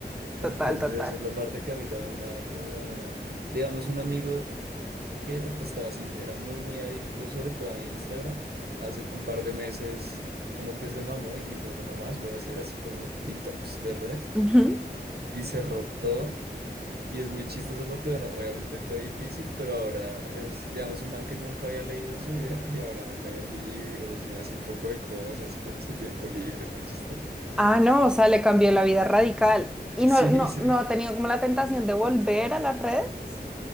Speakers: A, on the right; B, in the centre.
A: Entonces
B: total, total.
A: esa es la parte que a mí también me da como, digamos, un amigo. que uf, estaba así, era muy, muy adicto, sobre todo a Instagram. Hace un par de meses como que se mamó y dijo, bueno, más voy a hacer así como detox de red.
B: Ujú.
A: Y, y cerró todo. Y es muy chistoso porque, bueno, obviamente fue difícil, pero ahora es, digamos, un man que nunca había leído en su vida <laughs> y ahora lee libros y hace un poco de cosas con su tiempo libre, es muy chistoso. <laughs>
B: Ah, no, o sea, le cambió la vida radical. Y
A: Sí,
B: no, no,
A: sí.
B: no ha tenido como la tentación de volver a las redes.